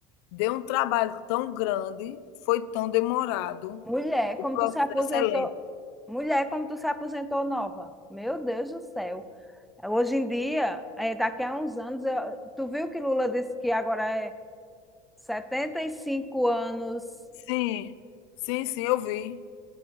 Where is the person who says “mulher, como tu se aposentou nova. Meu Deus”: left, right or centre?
Centre